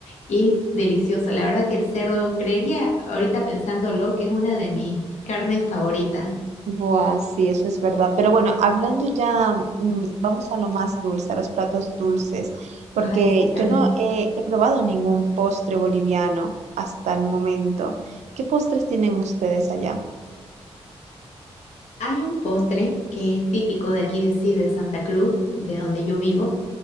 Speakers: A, on the left; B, on the right.
A: Y es delicioso. La verdad que el cerdo, creería ahorita pensándolo, que es una de mis carnes favoritas.
B: Buah, sí, eso es verdad. Pero bueno, hablando ya, mm, vamos a lo más dulce, a los platos dulces, porque
A: Ay, sí, también.
B: yo no he, he probado ningún postre boliviano hasta el momento. ¿Qué postres tienen ustedes allá?
A: Hay un postre que es típico de aquí de sí, de Santa Cruz, de donde yo vivo,